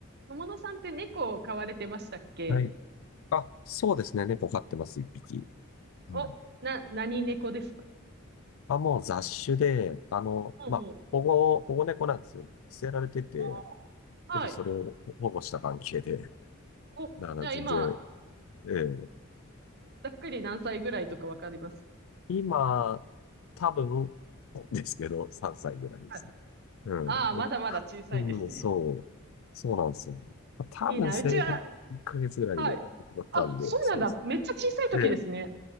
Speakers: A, on the right (about 50°); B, on the left (about 70°).
A: 友野さんって猫を飼われてましたっけ
B: はい。あ、そうですね。猫飼ってます、一匹。はい。
A: お、な、何猫ですか
B: あ、もう雑種で、あの、
A: ほうほう。
B: まあ、保護、保護猫なんですよ。捨てられてて、
A: おーはい。
B: ちょっとそれを保護した関係で、<laughs>
A: お、
B: だから全然、
A: じゃあ今、
B: ええ
A: ざっくり何歳ぐらいとかわかります
B: 今、多分、<laughs> ですけど、3歳ぐらいです。
A: はい。
B: うん。
A: ああ、まだまだ小さいですね。
B: たうん、そう。そうなんですよ。多分生後1ヶ月ぐらいで拾ったんで、
A: いいな。うちは、はい。あ、そうなんだ。
B: そうです。
A: めっちゃ小さい時ですね。
B: ええ